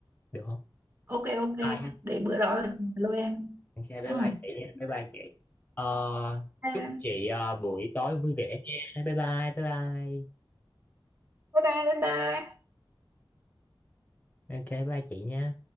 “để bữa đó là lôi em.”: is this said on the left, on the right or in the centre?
Right